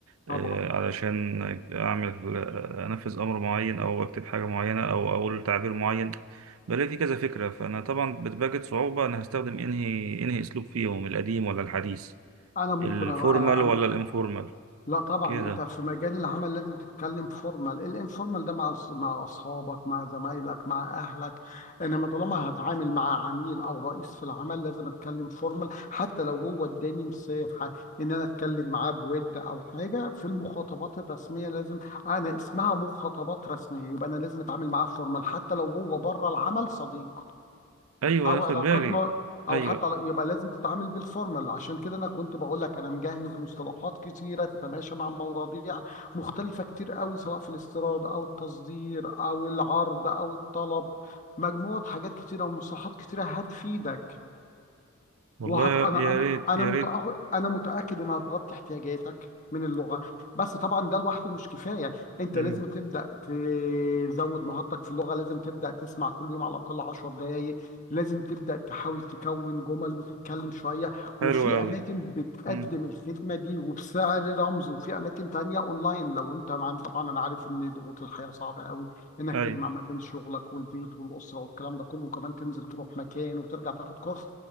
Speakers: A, on the right; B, on the left.
A: إيه،
B: طبعا
A: علشان أعمل آه، أنفذ أمر معين أو أكتب حاجة معينة أو أقول تعبير معين بلاقي في كذا فكرة فأنا طبعا بتواجد صعوبة أنا هستخدم أنهي أنهي أسلوب فيهم القديم ولا الحديث
B: انا ممكن
A: الفورمال
B: أ- أ-
A: ولا الانفورمال
B: لا طبعا
A: كده
B: انت في مجال العمل لازم تتكلم فورمال الانفورمال ده مع أص- مع اصحابك مع زمايلك مع اهلك انما طالما هتعامل مع عميل او رئيس في العمل لازم اتكلم فورمال حتى لو هو اداني مساحه ان انا اتكلم معاه بود او حاجه في المخاطبات الرسميه لازم انا اسمها مخاطبات رسميه يبقى انا لازم اتعامل معاه فورمال حتى لو هو بره العمل صديق
A: أيوه
B: او
A: هاخد
B: علاقتنا
A: بالي
B: او
A: ايوه
B: حتى ل- يبقى لازم تتعامل بالفورمال عشان كده انا كنت بقول لك انا مجهز مصطلحات كتيره تتماشى مع مواضيع مختلفه كتير قوي سواء في الاستيراد او التصدير او العرض او الطلب مجموعه حاجات كتيره ومصطلحات كتيره هتفيدك
A: والله
B: وهت...
A: يا
B: انا
A: يا
B: انا
A: ريت
B: انا
A: يا
B: متأخ...
A: ريت
B: انا متاكد انها هتغطي احتياجاتك من اللغه بس طبعا ده لوحده مش كفايه انت
A: امم
B: لازم تبدا تزود مهارتك في اللغه لازم تبدا تسمع كل يوم على الاقل 10 دقائق لازم تبدا تحاول تكون جمل وتتكلم شويه
A: حلو
B: وفي
A: قوي
B: اماكن بتقدم
A: امم
B: الخدمه دي وبسعر رمزي وفي اماكن تانية اونلاين لو انت مع طبعا انا عارف ان ضغوط الحياه صعبه قوي انك
A: اي
B: تجمع ما بين شغلك والبيت والاسره والكلام ده كله وكمان تنزل تروح مكان وترجع تاخد كورس